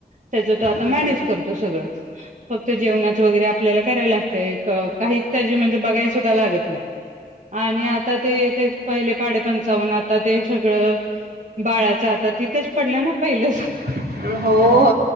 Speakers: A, on the right (about 50°); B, on the right (about 75°).
A: त्याच
B: हम्म
A: तो मॅनेज करतो सगळं फक्त जेवणाच वैगेरे आपल्याला करायला लागतंय. क काहीच तेजी म्हणजे बघाय सु द्धा लागत नाय आणि आता ते ते पहिले पाडे पंचावन्न आता ते सगळं बाळाचं आता तिथंच पडलं ना पहिलं
B: हो हो